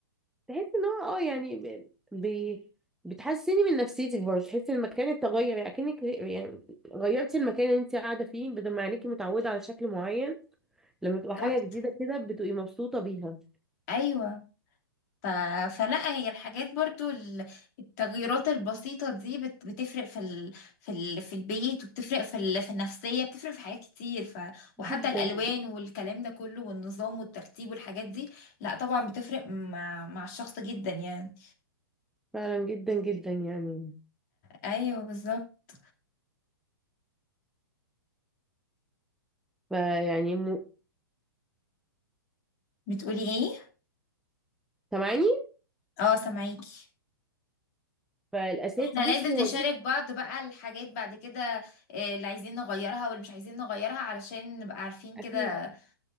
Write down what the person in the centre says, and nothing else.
تحسي ان هو اه يعني ب... ب- بتحسني من نفسيتك برضه تحسي ان المكان اتغير يعني اكنك يعني غيرتي المكان اللي انت قاعده فيه بدل ما عينيكي متعوده على شكل معين لما تبقى
حاجة جديدة كده بتبقي مبسوطة بيها
جدا
فعلا جدا جدا يعني
فيعني م...
سامعاني
فالأساس
بصي
هو
ده
أكيد